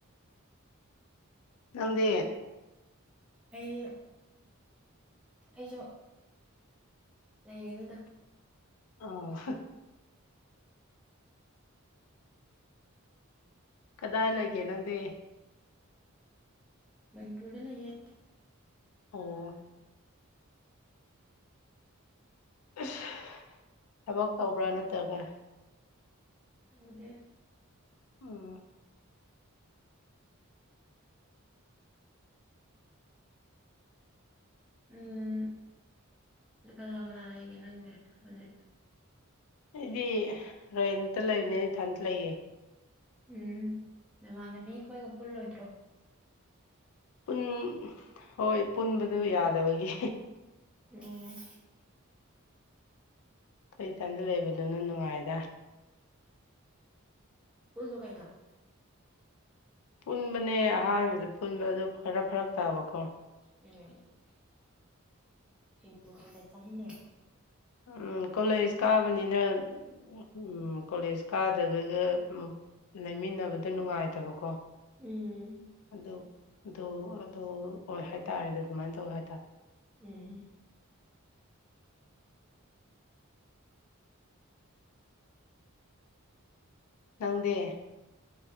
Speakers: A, on the left; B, in the centre.
A: ꯅꯡꯗꯤ
B: ꯑꯩ ꯑꯩꯁꯨ ꯂꯩꯒꯅꯤꯗ
A: ꯑꯣ ꯀꯗꯥꯏ ꯂꯩꯒꯦ ꯅꯪꯗꯤ
B: ꯃꯅꯤꯄꯨꯔꯗ ꯂꯩꯌꯦ
A: ꯑꯣ ꯏꯁ ꯊꯕꯛ ꯇꯧꯕ꯭ꯔꯥ ꯅꯠꯇ꯭ꯔꯒ
B: ꯇꯧꯗꯦ
A: ꯑꯣ
B: ꯎꯝ ꯀꯅꯥ ꯀꯅꯥ ꯂꯩꯒꯦ ꯅꯪꯗꯤ ꯍꯧꯖꯤꯛ
A: ꯑꯩꯗꯤ ꯔꯦꯟꯇ ꯂꯩꯕꯅꯤ ꯏꯊꯟꯇ ꯂꯩꯌꯦ
B: ꯎꯝ ꯅꯃꯥꯟꯅꯕꯤꯈꯣꯏꯒ ꯄꯨꯜꯂꯣꯏꯗ꯭ꯔꯣ
A: ꯄꯨꯟ ꯍꯣꯏ ꯄꯨꯟꯕꯗꯨ ꯌꯥꯗꯕꯒꯤ
B: ꯎꯝ
A: ꯑꯩ ꯏꯊꯟꯗ ꯂꯩꯕꯗꯨꯅ ꯅꯨꯡꯉꯥꯏꯗ
B: ꯄꯨꯜꯂꯨ ꯀꯩꯅꯣ
A: ꯄꯨꯟꯕꯅꯦ ꯑꯍꯥꯟꯕꯗ ꯄꯨꯟꯕ ꯑꯗꯨ ꯈꯔ ꯐꯔꯛ ꯇꯥꯕꯀꯣ
B: ꯎꯝ ꯁꯤꯡꯖꯨ ꯈꯔ ꯆꯥꯃꯤꯟꯅꯧ
A: ꯎꯝ ꯀꯣꯂꯦꯖ ꯀꯥꯕꯅꯤꯅ ꯎꯝ ꯀꯣꯂꯦꯖ ꯀꯥꯗꯕꯒ ꯂꯩꯃꯤꯟꯅꯕꯗ ꯅꯨꯡꯉꯥꯏ ꯇꯕ ꯀꯣ
B: ꯎꯝ
A: ꯑꯗꯨ ꯑꯗꯨ ꯑꯗꯨ ꯑꯣꯏ ꯍꯥꯏꯇꯥꯔꯦ ꯑꯗꯨꯃꯥꯏꯅ ꯇꯧꯋꯦ ꯍꯥꯏꯇꯥꯔꯦ
B: ꯎꯝ
A: ꯅꯪꯗꯤ